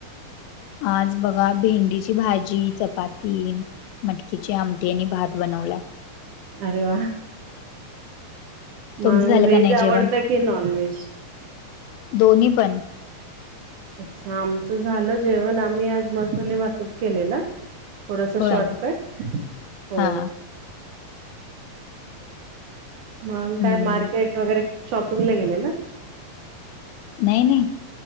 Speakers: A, on the left (about 85°); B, on the right (about 75°).
A: आज बघा भेंडीची भाजी, चपाती. मटकीच्या आमटी आणि भात बनवला.
B: अरे वा.
A: तुमचं
B: मग
A: झालं
B: व्हेज
A: का नाही
B: आवडतं
A: जेवण
B: की नॉन व्हेज?
A: दोन्ही पण
B: अच्छा आमचं झालं जेवण आम्ही आज मसाले भातच केलेला. थोडसा
A: होय
B: शॉर्टकट हो.
A: हा
B: मग
A: हम्म
B: काय मार्केट वगैरे शॉपिंग ला गेलेलं.
A: नाही नाही